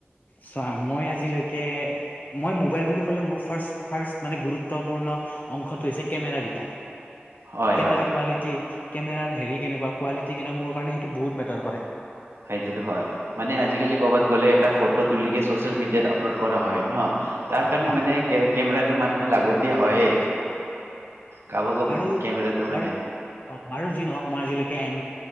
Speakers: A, on the left; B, on the right.
A: চা মই আজিলৈকে মই মোবাইল বুলি ক'লে মোৰ ফাৰ্ষ্ট ফাৰ্ষ্ট মানে গুৰুত্বপূৰ্ণ অংশটো হৈছে কেমেৰাকৰাকেইটা
B: হয়
A: কেমেৰা
B: হয়
A: কোৱালিটি কেমেৰাৰ হেৰি কেনেকুৱা কোৱালিটি কেনে মোৰ কাৰণে সেইটো বহুত মেটাৰ কৰে
B: সেইটোতো হয় মানে আজিকালি কৰ'বাত গ'লে এটা ফটো তুলিিক ছচিয়েল মিডিয়াত আপলোড কৰা হয় ন তাৰ কাৰণে
A: হ
B: মানে কে কেমেৰাটো মানে লাগতিয় হয়ে কাব ক
A: বাৰু
B: কেমেৰাটো মানে
A: বাৰু অ বাৰু যি নহওক মই আজিলৈকে এন